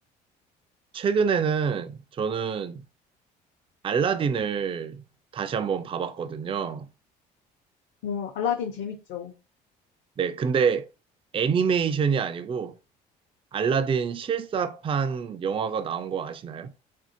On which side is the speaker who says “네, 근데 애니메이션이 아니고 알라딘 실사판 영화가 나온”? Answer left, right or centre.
Right